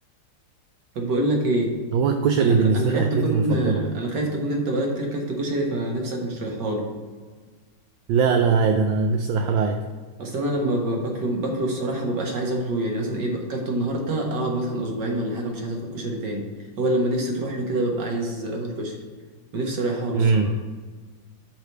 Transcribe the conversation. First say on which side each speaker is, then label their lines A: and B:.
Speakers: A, on the right; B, on the right.
A: طب بقول لك إيه
B: هو الكشري
A: أنا
B: بالنسبه
A: خ... أنا خايف
B: لي اكلتي
A: تكون
B: المفضله
A: آه، أنا خايف تكون أنت بقالك كتير كلت كشري فنفسك مش رايحاله
B: لا لا عادي انا نفسي رايحه له عادي
A: اصل انا لما ب- باكله باكله الصراحه مبقاش عايز اكله يعني مثلا ايه اكلته النهارده اقعد مثلا اسبوعين ولا حاجه مش عايز اكل كشري تاني هو لما نفسي تروح له كده ببقى عايز اكل كشري ونفسي رايحه له
B: امم
A: الصراحه